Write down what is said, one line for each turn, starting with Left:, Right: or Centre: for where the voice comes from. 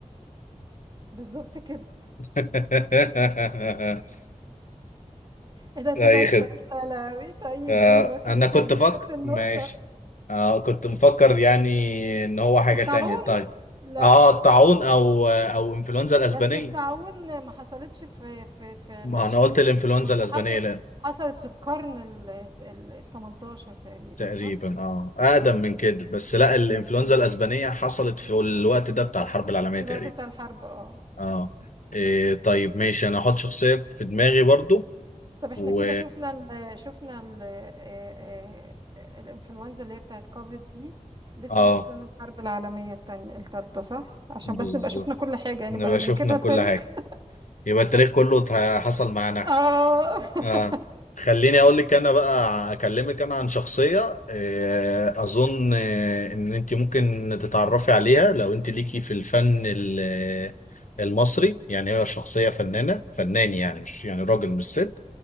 Right: بالظبط كده
Left: <laughs>
Right: ايه ده طلع
Left: أي
Right: السؤال سهل اوي طيب
Left: آه
Right: دورك
Left: انا
Right: ماشي
Left: كنت
Right: اديك
Left: فكر
Right: خدت النقطة
Left: ماشي آه كنت مفكر يعني ان هو حاجة
Right: الطاعون
Left: تانية طيب
Right: لا
Left: اه الطاعون او او انفلونزا الاسبانية
Right: بس الطاعون ما حصلتش في في في
Left: ما
Right: العشرينات
Left: انا قلت الانفلونزا
Right: القديمة.
Left: الاسبانية
Right: دي حت-
Left: لأن
Right: حصلت في القرن ال ال- 18 تقريبا
Left: تقريبا
Right: صح؟
Left: اه اقدم
Right: اه
Left: من كده بس لا الانفلونزا
Right: أمم. امم.
Left: الاسبانية حصلت في الوقت ده بتاع الحرب العالمية
Right: في
Left: تقريبا
Right: الوقت بتاع الحرب اه
Left: اه إيه طيب ماشي انا هحط شخصية في دماغي برضو
Right: طب احنا
Left: و
Right: كده شفنا ال شفنا ال آه، آه، الانفلونزا اللي هي بتاعت كوفيد دي لسه
Left: اه
Right: ناقص لنا الحرب العالمية التانية التالتة صح؟ عشان
Left: بالظبط
Right: بس نبقى شفنا كل حاجة يعني
Left: نبقى
Right: نبقى ذاكرنا
Left: شفنا
Right: التاريخ
Left: كل حاجة يبقى التاريخ كله اتح- حصل معانا
Right: اه <laughs>
Left: آه. خليني اقول لك انا بقى اكلمك انا عن شخصيه آه، اظن آه، ان انت ممكن تتعرفي عليها لو انت ليكي في الفن ال- آه، المصري يعني هي شخصيه فنانه فنان يعني مش يعني راجل مش ست